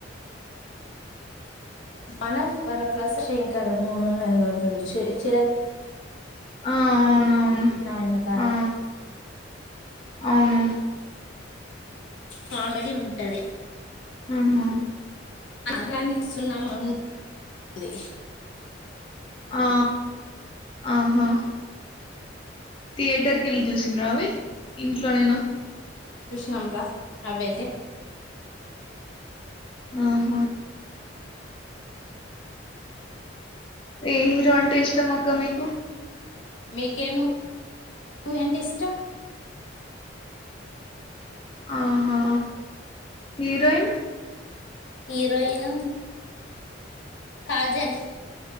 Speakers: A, on the left; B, on the left.
A: మన వర ప్రసా శంకర మూవీ ఉన్నది చూడు చిర
B: ఆ అవునవును
A: నాయనతార
B: ఆ అవును
A: కామెడీ ఉంటది
B: ఆహ
A: సంక్రాంతికి సున్నామా ఉంది
B: ఆ ఆహా థియేటర్ కేళ్ళి చూసింరా అవి ఇంట్లోనేనా
A: నమరా అవియితే
B: ఆహా ఏ హీరో అంటే ఇష్టం అక్క మీకు
A: నీకే మూవీ అంటే ఇష్టం
B: ఆహా హీరోయిన్
A: హీరోయిన్ కాజల్